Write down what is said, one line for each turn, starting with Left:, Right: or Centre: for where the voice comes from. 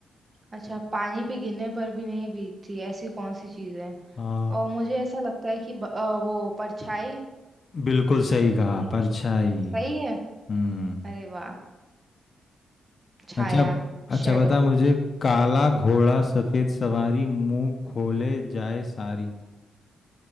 Right: अच्छा पानी पे गिरने पर भी नहीं भीगती ऐसी कौन सी चीज है
Left: हाँ
Right: और मुझे ऐसा लगता है कि ब, अ, वो परछाई
Left: बिल्कुल सही
Right: परछाई
Left: कहा परछाई
Right: सही है
Left: हम्म
Right: अरे वाह छाया
Left: अच्छा अच्छा
Right: शेडो
Left: बता मुझे काला घोड़ा सफेद सवारी मुंह खोले जाए सारी